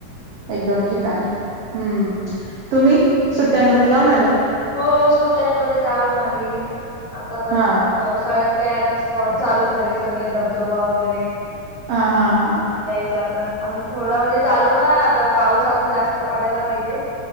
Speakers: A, on the left; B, on the right.
A: देवदर्शन
B: एक दोन ठिकाण
A: वगैरे
B: हम्म
A: हा
B: तुम्ही सुट्ट्यांमध्ये जाऊन आले
A: हो सुट्ट्यांमध्ये जाऊन आली आता परत
B: हा
A: आता पावसाळ्यात काय आता स्पॉर्ट चालूच झाले सगळे धबधबा वगैरे मग
B: हा हा
A: तिकडे
B: हा
A: य आता अजून थोडा म्हणजे चालू ना आता पाऊस अजून जास्त पडायला पाहिजे.